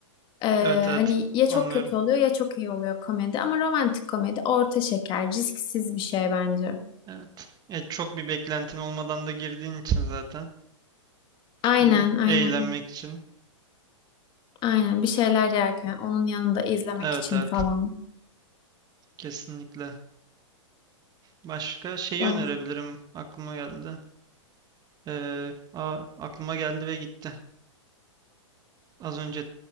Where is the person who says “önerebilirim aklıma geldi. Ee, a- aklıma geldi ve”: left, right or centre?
Right